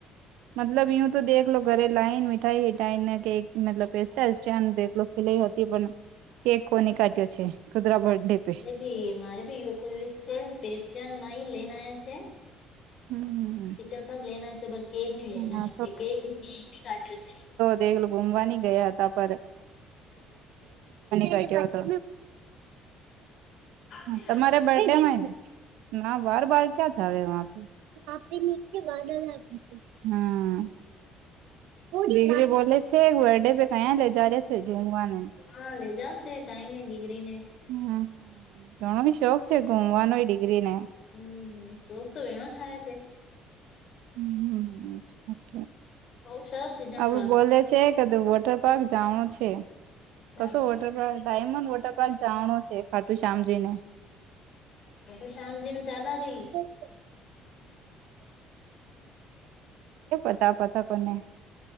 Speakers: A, on the right; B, on the left.
A: મતલબ યું તો દેખલો લો ઘરે લાન મિઠાઈ હઠાઈ ને કેક મતલબ પેસ્ટા દેખલો લો લઈ હતી પણ કેક કોને કાઢ્યો છે કુદરા બર્થડે પ
B: એ મારે ભી યો છે પસ્ટ લઈને આ છે
A: હમ હમ
B: ચીચા સબ લેના છે પર કેક નની લેના
A: હા
B: છે કે કેક કાઢ્યો છે
A: દેલું ઘુમવાની ગયા હતા પરસ કો ક્યો હતો
B: છે
A: તમારે બર્ડેય ને ના બર બ ક્યાં જાવ આપે નીચે બાદળ લી હ દીગરી બોલે છે બર્ડે પે કયા લે જ છે ઝુમવાને
B: હા લે જાવશે કઈ નઈ દીકરી ને
A: હમ ઘણો શોખ છે ગુમવાનો ડિગ્રી ને
B: હમ શોક તો એનો થાય છે
A: હમ સાચ
B: હો સબ ચીજા
A: આપડું
B: નો
A: બોલે છે કેધું વોટર પાર્ક જવાણું છે
B: રાખ
A: કશો water park diamond water park જાવાણો છે ખાટું શામ જઈને
B: હ તોું શામજી નું ચાલ આ રી
A: કે પતાપતા કોને